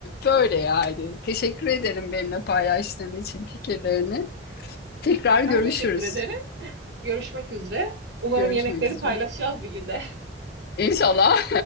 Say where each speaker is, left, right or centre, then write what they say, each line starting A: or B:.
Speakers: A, on the left (about 60°); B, on the right (about 65°).
A: böyle yani. Teşekkür ederim benimle paylaştığın için fikirlerini. Tekrar görüşürüz.
B: Ben teşekkür ederim. Görüşmek üzere. Umarım
A: Görüşmek
B: yemekleri
A: üzere.
B: paylaşacağız bir günde.
A: İnşallah